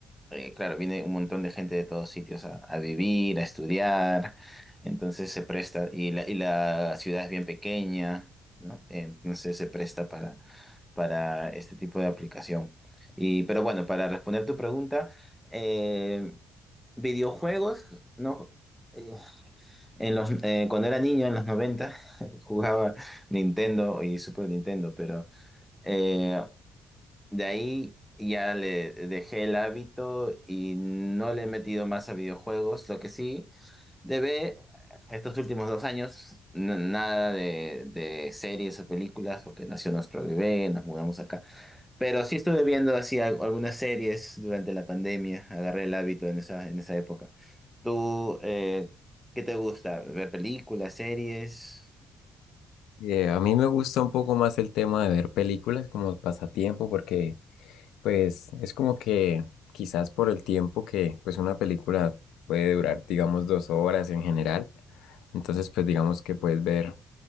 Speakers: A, in the centre; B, on the left.
A: eh, claro, viene un montón de gente de todos sitios a, a vivir, a estudiar, entonces se presta, y la, y la ciudad es bien pequeña, ¿no? Entonces se presta para, para este tipo de aplicación. Y, pero bueno, para responder tu pregunta, eh, videojuegos, ¿no? Eh, En los, eh, cuando era niño, en los 90 <laughs> jugaba Nintendo y Super Nintendo, pero... eh, de ahí ya le dejé el hábito y no le he metido más a videojuegos. Lo que sí, debe estos últimos dos años, n- nada de, de series o películas, porque nació nuestro bebé, nos mudamos acá. Pero sí estuve viendo así al- algunas series durante la pandemia, agarré el hábito en esa, en esa época. ¿Tú, eh, qué te gusta? ¿Ver películas, series?
B: Eh, a mí me gusta un poco más el tema de ver películas como pasatiempo porque Pues es como que quizás por el tiempo que pues una película puede durar, digamos, dos horas en general. Entonces, pues digamos que puedes ver